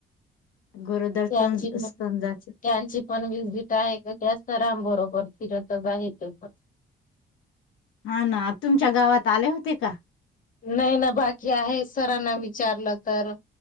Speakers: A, on the left; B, on the left.
A: गरोदर
B: त्यांची,
A: स्तंजाचे
B: त्यांची पण व्हिजिट आहे का सरांबरोबर फिरतच ते पण.
A: हा ना तुमच्या गावात आले होते का?
B: नाही ना बाकी आहे, सरांना विचारलं तर